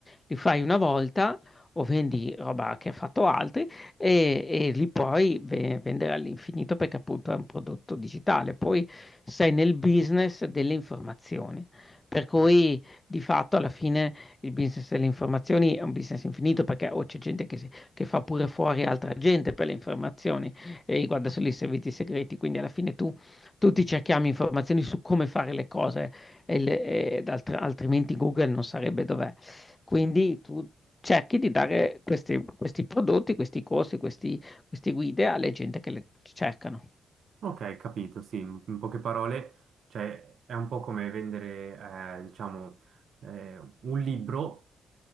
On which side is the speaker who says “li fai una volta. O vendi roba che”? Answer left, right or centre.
Left